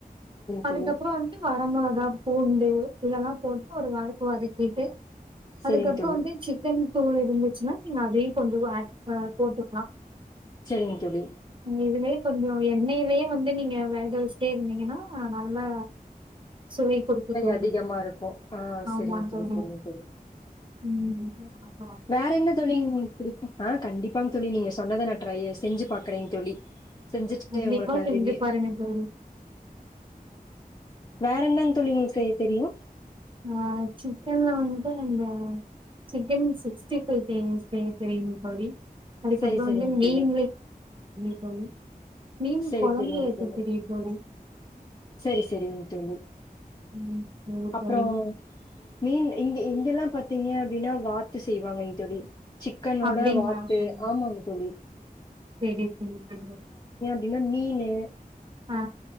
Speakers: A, on the right; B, on the left.
A: அதுக்கப்றோ
B: செரிங்க தோழி
A: வந்ட்டு வரமொளகா பூண்டு இதெல்லா போட்டு ஒரு வதக்கு வதக்கீட்டு
B: செரிங்க
A: அதுக்கப்பறோ
B: தோழி செரிங்க தோழி
A: வந்து சிக்கன் தூள் இருந்துச்சுனா நீங்க அதையு கொஞ்சோ ஏட் அ போட்டுக்கலா
B: செரிங்க தோழி
A: இந் இதுவே கொஞ்சோ எண்ணைலே வந்து நீங்க வேக வெச்சுட்டே இருந்தீங்கன்னா நல்லா சுவை குடுக்கு தோழி
B: அதிகமா இருக்கு ஆ
A: ஆமா
B: செரிங்க
A: தோழி
B: செரிங்க தோழி
A: உம் <inaudible>
B: வேற என்ன தோழி உங்களுக்கு பிடிக்கு ஆஹ் கண்டிப்பாங் தோழி நீங்க சொன்னத நா ட்ரை செஞ்சு பாக்கறே தோழி செஞ்சுட்டு
A: கண்டிப்பா
B: உங்களுக் நா
A: செஞ்சு
B: ரிவ்யூ
A: பாருங்க தோழி
B: வேற என்னங் தோழி உங்களுக் செய்ய தெரியு
A: ஆஹ் சிக்கன்ல வந்து அந்த சிக்கன் சிக்ஸ்டி ஃபைவ் <unintelligible> செய்ய தெரியு தோழி அதுக்கப்பறோ
B: செரி செரிங்க
A: வந்து
B: தோழி
A: <unintelligible> <unintelligible> தோழி மீன்
B: செரி
A: கொழம்பு
B: செரிங்
A: வைக்க
B: தோழி
A: தெரியு தோழி
B: செரி செரிங் தோழி
A: உம் <unintelligible>
B: அப்புறோ
A: தோழி
B: மீன் இங்க இங்கெல்லா பாத்தீங்க அப்டினா வாத்து செய்வாங்க இ தோழி சிக்கனோட
A: அப்டிங்களா
B: வாத்து
A: சொல்லுங்க.
B: ஆமாங் தோழி
A: <inaudible>
B: ப்டினா மீனு
A: ஆ